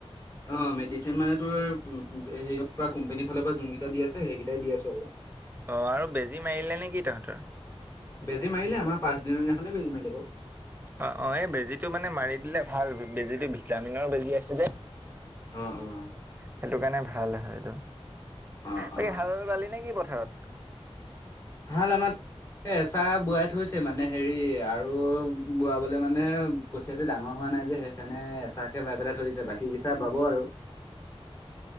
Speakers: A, on the left; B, on the right.
A: অ' মেডিচিন মানে তোৰ হেৰিয় পৰা কোম্পানীৰ ফালৰ পৰা যোনকেইটা দি আছে সেইকেইটাই দি আছো আৰু।
B: অ' আৰু বেজী মাৰিলে নেকি তহঁতৰ।
A: বেজি মাৰিলে আমাৰ পাঁচ দিনৰ দিনাখনে বেজি মাৰি লে বাও।
B: অ' -অ' এই বেজীটো মানে মাৰি দিলে ভাল বেজীটো ভিটামিনৰ বেজি আছে যে।
A: অ'- অ'।
B: সেইটো কাৰণে ভাল হয় এইটো
A: অ',
B: বাক
A: অ'।
B: হাল বালি নে কি পথাৰত।
A: হাল আমাৰ এ এচোৱা বোৱাই থৈছে মানে হেৰি আৰু বোৱাবলে মানে কঠিয়াটো ডাঙৰ হোৱা নাই যে সেইকাৰণে এচাকে বাই পেলাই থৰিছে বাকী গিচোৱা বাব আৰু।